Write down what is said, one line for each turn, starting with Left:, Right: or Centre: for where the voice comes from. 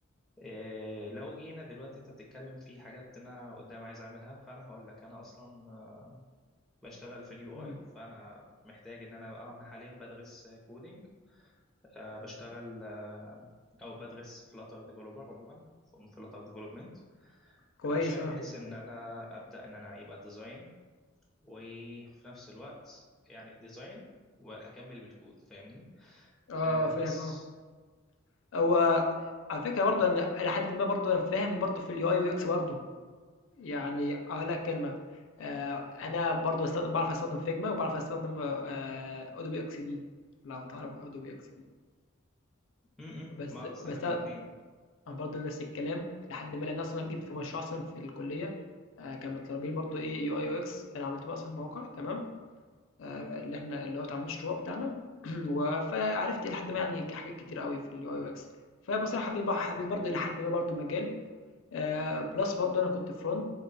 Centre: إيه لو جينا دلوقتي انت بتتكلم في حاجات انا قدام عايز اعملها فانا هقول لك انا اصلا آه، بشتغل في اليو
Left: إمم،
Centre: اي فانا محتاج ان انا اه انا حاليا بدرس كودينج آه بشتغل آه، او بدرس فلاتر ديفلوبر عموما فلاتر ديفلوبمنت
Left: كويس
Centre: عشان
Left: آه،
Centre: بحيث ان انا ابدا ان انا يبقى ديزاين وفي نفس الوقت يعني ديزاين واكمل بالكود فاهمني
Left: آه،
Centre: آه،
Left: آه فاهم
Centre: بس
Left: آه. هو على فكرة برضه أنا إلى حدٍ ما برضه أنا فاهم برضه في الUI والX برضه. يعني أقول لك كلمة آه، أنا برضو بستخدم بعرف أستخدم فيجما وبعرف أستخدم أودوبي إكس دي لو تعرف أودوبي إكس دي
Centre: امم
Left: بس
Centre: بعرف استخدم
Left: بس
Centre: الاثنين
Left: أنا برضو نفس الكلام لحد ما أنا أصلا جيت في مشروع أصلا في الكلية آه، كانوا مطالبين برضو إيه يو أي يو إكس أنا عملت بقى أصلا موقع تمام آه، اللي إحنا اللي هو بتاع المشروع بتاعنا <clears throat> و- فعرفت لحد ما يعني حاجات كتير قوي في اليو أي يو إكس فبصراحة حبيت بقى- حبيت برضو لحد ما برضو مجال آآ plus برضه أنا كنت front